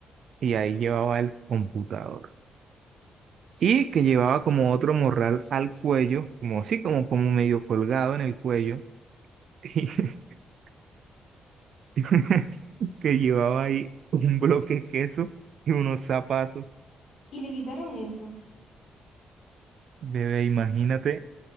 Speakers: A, on the right; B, on the left.
A: y ahí llevaba el computador. Y que llevaba como otro morral al cuello, como así como, como medio colgado en el cuello, <laughs> y que llevaba ahí un bloque de queso y unos zapatos.
B: Y le quitaron eso.
A: Bebé, imagínate